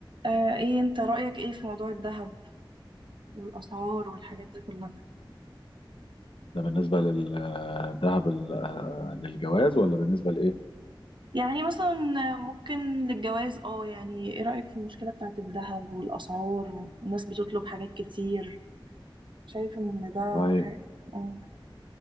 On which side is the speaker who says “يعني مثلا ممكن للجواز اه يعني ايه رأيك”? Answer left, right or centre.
Right